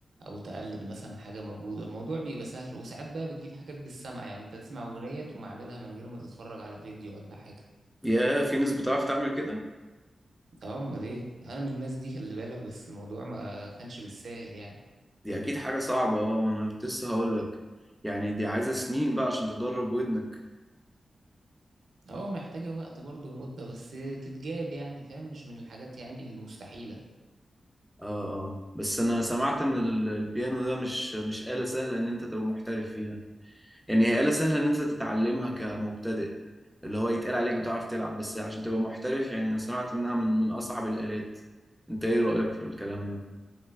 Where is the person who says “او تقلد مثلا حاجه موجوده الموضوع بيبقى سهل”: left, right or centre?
Right